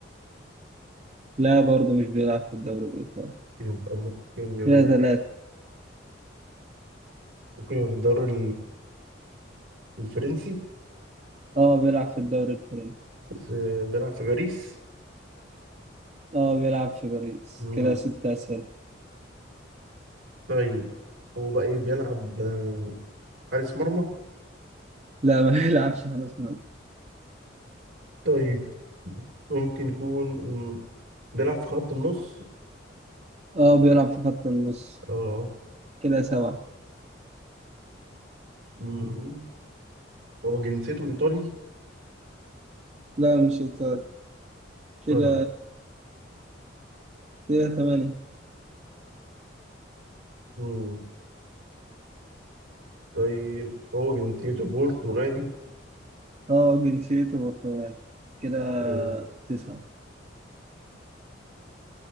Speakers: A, on the right; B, on the right.
A: لا برضه مش بيلعب في الدوري الإيطالي
B: يبقى ممكن يبقى-
A: كده ثلاثة
B: ممكن يبقى في الدوري الفرنسي
A: أه بيلعب في الدوري الفرنسي
B: بس- بيلعب في باريس
A: أه بيلعب في باريس
B: مم.
A: كده ستة أسئلة
B: طيب هو بقى ايه بيلعب آه، حارس مرمى
A: لا ما <laughs> بيلعبش حارس مرمى
B: طيب ممكن يكون مم، بيلعب في خط النص
A: أه بيلعب في خط النص
B: اه
A: كده سبعة
B: مم. هو جنسيته ايطالي
A: لا مش إيطالي كده
B: اه
A: كده ثمانية
B: مم. طيب هو جنسيته برتغالي
A: اه جنسيته برتغالي كده
B: مم.
A: تسعة